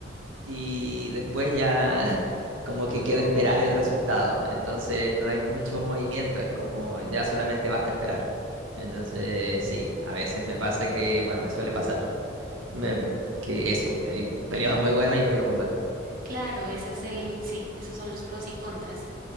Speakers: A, on the right; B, on the right.
A: y después ya <laughs> como que
B: Oh,
A: queda esperar el resultado. Entonces no hay mucho movimiento, es como ya solamente basta esperar. Entonces sí, a veces me pasa que, bueno, me suele pasar me- que eso, hay periodos muy buenos y periodos muy malos.
B: claro, ese es el, sí, esos son los pros y contras.